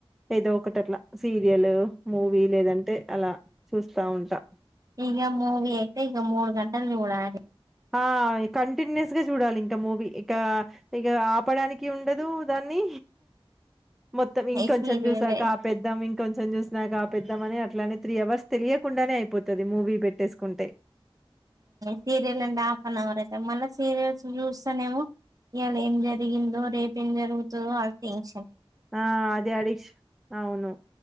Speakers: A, in the centre; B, on the right.
A: ఏదో ఒకటి అట్లా సీరియల్ మూవీ లేదంటే అలా చూస్తా ఉంటా
B: ఇకా మూవీ అయితే ఇక మూడు గంటలు చూడాలి
A: ఆ కంటిన్యూస్గా చూడాలి ఇంకా మూవీ ఇంక ఇక ఆపడానికి ఉండదు దాన్ని మొత్తం ఇంకొంచెం
B: ఈ సీరియలే.
A: చూసాక ఆ పెద్దం ఇంకొంచెం చూసాక ఆ పెద్ద అని అట్లానే త్రీ అవర్స్ తెలియకుండానే అయిపోతది మూవీ పెట్టేసుకుంటే
B: serial and half an hour అయితే మళ్ళీ సీరియల్స్ చూస్తానేమో ఇవాళ ఏం జరిగిందో రేపు ఏం జరుగుతుందో ఆ టెన్
A: ఆ అదే అడిక్షన్ అవును